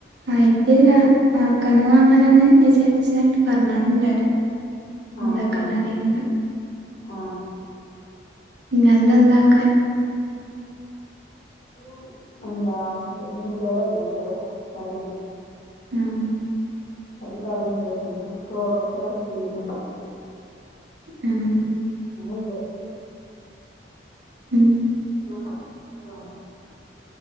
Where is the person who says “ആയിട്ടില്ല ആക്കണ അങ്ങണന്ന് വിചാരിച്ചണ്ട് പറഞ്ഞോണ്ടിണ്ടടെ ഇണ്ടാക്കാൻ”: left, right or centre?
Right